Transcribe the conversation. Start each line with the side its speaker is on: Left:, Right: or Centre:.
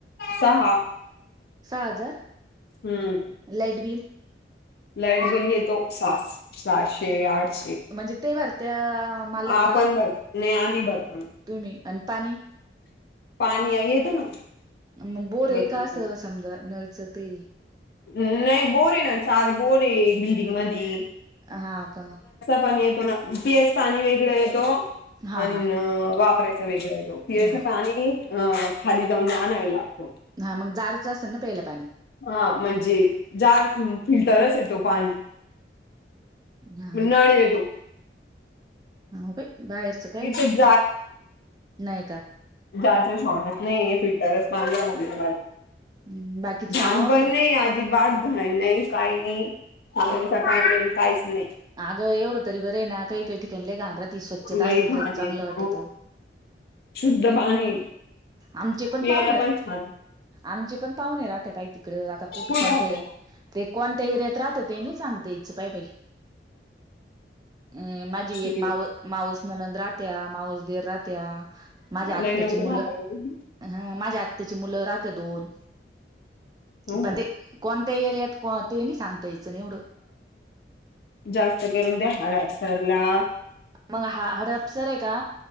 Left: सहा.
Right: सहा हजार.
Left: हम्म.
Right: Light bill.
Left: लाईट बील यतो. साह सहाशे आठ
Right: म्हणजे ते भरत्या मालक
Left: आपण
Right: का
Left: बर नाही आम्ही भरतो.
Right: तुम्ही आणि पाणी
Left: पाणी आहे हेतो ना
Right: मग बोर आहे
Left: भरपूर
Right: का असं समजा नळचं ते.
Left: अम्म नाही बोरे ना. चार बोरे बिल्डिंग मधी.
Right: हा का?
Left: पाणी येतो ना. पीयास पाणी वेगळं येतो.
Right: हा
Left: अ
Right: हा
Left: वापरायचं वेगळं येत. पियाच
Right: हा
Left: पाणी अ खाली जाऊन आणाव लागतो.
Right: हा मग गारच असेल ना प्यायला पाणी.
Left: हा म्हणजे जा फिल्टरच आहे तो पाणी.
Right: हा
Left: उनाळा येतो.
Right: हाव बाई. बाहेरचं काय
Left: मी ते <unintelligible>
Right: नाही का
Left: जाचा शॉर्टच नाही. फिल्टरच पाणी <unintelligible>
Right: हम्म, बाकीच
Left: घानपण
Right: काम आवरलं
Left: नाही आजीबात. नाही काही नाही सांगच <inaudible> कायल काहीच नाही.
Right: अगं एवढं तरी बरंय ना. काही काही ठिकाणी लई घान राहती. स्वच्छता
Left: लय
Right: असली
Left: घाण
Right: तर चांगलं
Left: येतो
Right: वाटत.
Left: शुद्ध पाणी.
Right: आमचे
Left: पियला
Right: पाहुणे
Left: पण छान.
Right: आमचे पण पाहुणे राहते पाय तिकडे. आता कुठ
Left: फुल
Right: कोणतही
Left: राहतं.
Right: ते कोण्या एरियात राहता. ते नाही सांगता यायचं पाय बाई. अ माझी
Left: शी
Right: एक मावस मावस ननंद राहते माऊस त्या माझ्या आत्याची
Left: लय लवकर
Right: मुलं.
Left: राहतं.
Right: हा माझ्या आत्ताची मुलं राहते दोन.
Left: ह
Right: पण ते कोणत्या एरियात को ते नाही सांगतायचं ना एवढं.
Left: जास्त करून त्या हडप सरला
Right: मग हा हडपसर आहे का?